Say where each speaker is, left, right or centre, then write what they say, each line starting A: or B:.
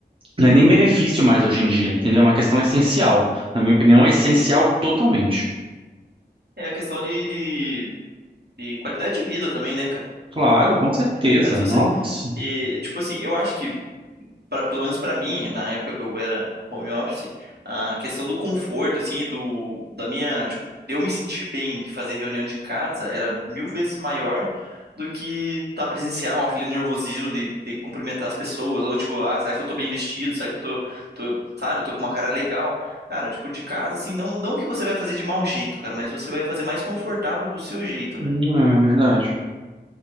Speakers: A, on the right (about 30°); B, on the right (about 70°).
A: não é nem benefício mais hoje em dia, entendeu? É uma questão essencial. Na minha opinião, é essencial totalmente.
B: É a questão de, de, de qualidade de vida também, né, cara?
A: Claro,
B: Pô,
A: com certeza.
B: cara, se você.
A: Nossa,
B: e, tipo assim, eu acho que pra- pelo menos pra mim, na época que eu era home office, a questão do conforto, assim, do, da minha, tipo, de eu me sentir bem de fazer reunião de casa era mil vezes maior do que tá presencial, aquele nervosismo de, de cumprimentar as pessoas, ou tipo, ah, será que eu tô bem vestido? Será que eu tô, tô, sabe, tô com uma cara legal? Cara, tipo, de casa, assim, não, não que você vai fazer de mau jeito, cara, mas você vai fazer mais confortável do seu jeito, né?
A: Hum, é verdade.